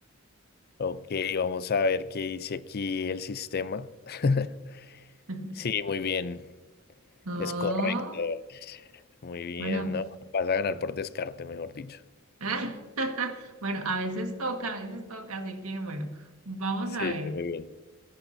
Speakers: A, on the left; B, on the right.
A: Ok, vamos a ver qué dice aquí el sistema. <laughs>
B: <laughs>
A: Sí, muy bien.
B: Oh,
A: Es correcto. Muy bien,
B: bueno,
A: ¿no? Vas a ganar por descarte, mejor dicho.
B: Ah, <laughs> bueno, a veces toca, a veces toca, así que bueno, vamos
A: Sí,
B: a ver,
A: sí, muy bien.